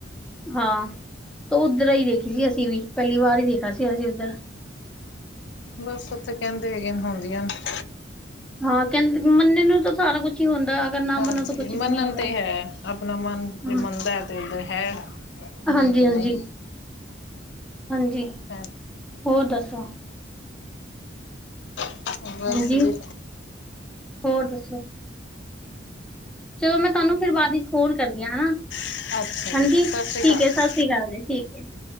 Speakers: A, in the centre; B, on the left.
A: ਹਾਂ। ਤ ਉੱਧਰ ਹੀ ਦੇਖੀ ਸੀ। ਅਸੀਂ ਵੀ ਪਹਿਲੀ ਵਾਰ ਹੀ ਦੇਖਾ ਸੀ। ਅਸੀਂ ਉੱਧਰ
B: ਬਸ ਉਓਥੇ ਕਹਿੰਦੇ ਹੈਗੇ ਹੁੰਦੀਆਂ ਨੇ।
A: ਹਾਂ। ਕਹਿੰਦੇ ਮੰਨੇ ਨੂੰ ਤਾਂ ਸਾਰਾ ਕੁਛ ਹੀ ਹੁੰਦਾ। ਅਗਰ ਨਾ
B: ਹਾਂਜੀ।
A: ਮੰਨੋ ਤਾਂ ਕੁਛ ਵੀ
B: ਮੰਨਣ
A: ਨਹੀਂ ਹੈਗਾ
B: ਤੇ ਹੈ। ਆਪਣਾ ਮਨ ਜੇ
A: ਹਾਂ,
B: ਮੰਨਦਾ ਹੈ। ਤੇ ੳਧਰ ਹੈ। ਨਹੀਂ
A: ਹਾਂਜੀ
B: ਤੇ
A: ਹਾਂਜੀ
B: ਨਹੀਂ।
A: ਹਾਂਜੀ।
B: ਹੈ
A: ਹੋਰ ਦੱਸੋ।
B: ਅ <unintelligible> ਬਸ
A: ਹਾਂਜੀ
B: ਵੀ
A: ਹੋਰ ਦੱਸੋ ਚਲੋ ਮੈਂ ਤੁਹਾਨੂੰ ਫਿਰ ਬਾਅਦ ਵਿੱਚ ਫ਼ੋਨ ਕਰਦੀ ਹਾਂ। ਹਨਾ।
B: ਅੱਛਾ
A: ਹਨਾਂ
B: ਸਤਿ
A: ਜੀ। ਠੀਕ
B: ਸ਼੍ਰੀ ਅਕਾਲ
A: ਹੈ, ਸਤਿ
B: ਜੀ
A: ਸ੍ਰੀ ਅਕਾਲ ਜੀ। ਠੀਕ ਹੈ ਜੀ।